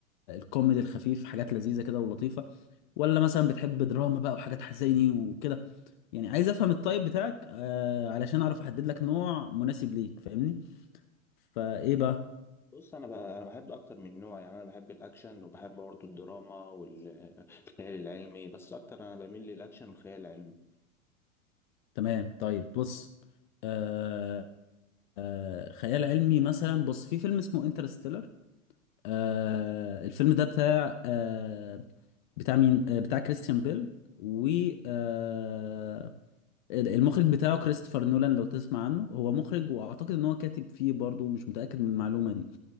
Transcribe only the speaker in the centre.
بص انا ب... انا بحب اكتر من نوع يعني انا بحب الاكشن وبحب برضه الدراما والخيال العلمي بس اكتر انا بميل للاكشن والخيال العلمي